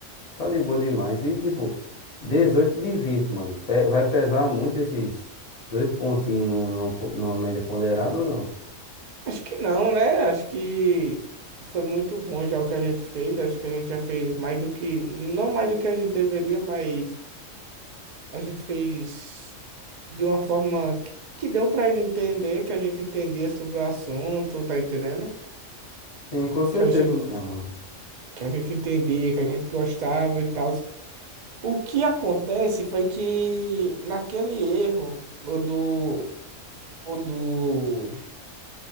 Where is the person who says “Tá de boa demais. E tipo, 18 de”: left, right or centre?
Left